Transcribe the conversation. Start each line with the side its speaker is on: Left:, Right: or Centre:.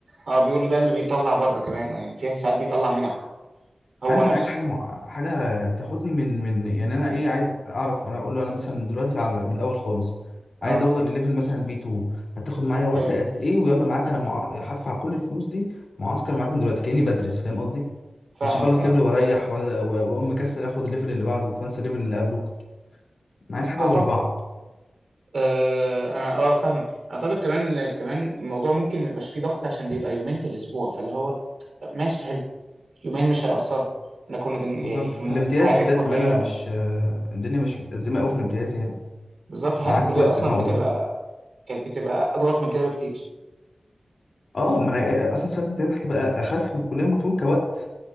Right: اه بيقولوا ده اللي بيطلع بره كمان يعني فيها ساعات بيطلع منح هو
Left: عارف
Right: نفسه
Left: انا عايز حاجه مع... حاجه تاخدني من من يعني انا ايه عايز اعرف انا اقول له انا مثلا دلوقتي على من الاول خالص
Right: اه
Left: عايز اوصل لليفل مثلا بي 2 هتاخد معايا وقت
Right: حلو
Left: قد ايه ويلا معاك انا مع... هدفع كل الفلوس دي معسكر معاكم دلوقتي كاني بدرس فاهم قصدي
Right: فاهمك
Left: مش هخلص
Right: اه
Left: ليفل واريح و- و- واقوم مكسل اخد الليفل اللي بعده وفانسى الليفل اللي قبله انا عايز حاجه
Right: اعتقد
Left: ورا بعض
Right: آه انا اه فاهمك اعتقد كمان كمان الموضوع ممكن ما يبقاش فيه ضغط عشان بيبقى يومين في الاسبوع فاللي هو طب ماشي حلو يومين مش هيأثروا انا كنا بن
Left: بالظبط
Right: يعني في الم...
Left: في الامتياز
Right: حياتي
Left: بالذات
Right: الكليه
Left: كمان انا مش آه، الدنيا مش متأزمه قوي في الامتياز يعني
Right: بالظبط حياتي
Left: معاك
Right: الكليه
Left: وقت
Right: اصلا
Left: فاهم
Right: بتبقى
Left: قصدي
Right: كانت بتبقى اضغط من كده بكتير
Left: اه ما انا اصلا سنه الامتياز هتبقى اخف من الكليه المفروض كوقت